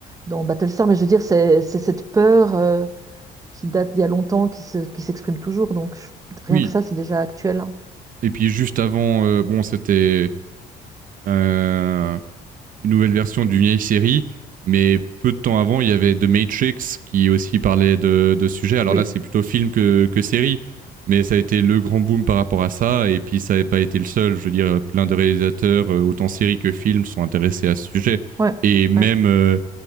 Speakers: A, on the right (about 20°); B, on the right (about 55°).
A: dans Battlestar. Mais je veux dire, c'est c'est cette peur euh, qui date d'il y a longtemps, qui se, qui s'exprime toujours. Donc, je- rien
B: oui.
A: que ça, c'est déjà actuel. hein.
B: Et puis juste avant, euh, bon, c'était euh, une nouvelle version d'une vieille série, mais peu de temps avant, il y avait The Matrix qui aussi parlait de, de ce sujet. Alors
A: Oui,
B: là, c'est plutôt film que, que série, mais ça a été le grand boom par rapport à ça. Et puis ça n'avait pas été le seul. Je veux dire, plein de réalisateurs, euh, autant séries que films, sont intéressés à ce sujet.
A: ouais.
B: Et même
A: ouais.
B: euh,